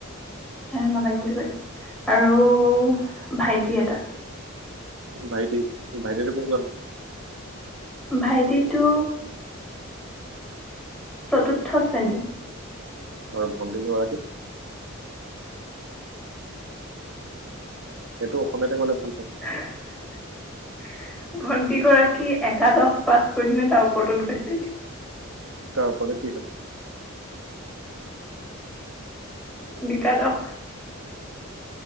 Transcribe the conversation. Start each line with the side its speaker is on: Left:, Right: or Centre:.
Centre: এ, নালাগে বুলি কয় দে আৰু ভাইটি এটা
Right: ভাইটি, ভাইটিতো কোন ক্লাচ?
Centre: ভাইটিতো চতুৰ্থ শ্ৰেণী।
Right: আৰু ভণ্টি গৰাকী? এইটো অসমীয়াতে ক'লে ভাল পাম
Centre: নাই। ভন্টি গৰাকী একাদশ পাছ কৰি কিনে তাৰ ওপৰতত গৈছে এতিয়া।
Right: তাৰ ওপৰত কি হয়?
Centre: বিকাদশ